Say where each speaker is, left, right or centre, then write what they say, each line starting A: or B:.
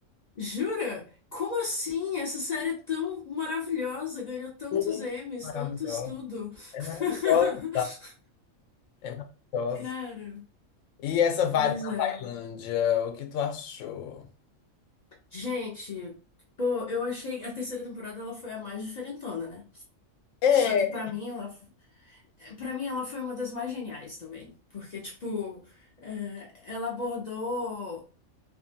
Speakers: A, on the left (about 55°); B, on the left (about 75°).
A: Jura? Como assim? Essa série é tão maravilhosa, ganhou tantos
B: Gente,
A: Emmys,
B: Maravilhosa.
A: tantos tudo.
B: É maravilhosa.
A: <laughs>
B: É maravilhosa.
A: Cara,
B: E essa vibe
A: pois
B: na
A: é.
B: Tailândia, o que tu achou?
A: Gente, pô, eu achei a terceira temporada ela foi a mais diferentona, né?
B: É,
A: Só que pra mim ela Pra mim, ela foi uma das mais geniais também, porque, tipo, eh, ela abordou.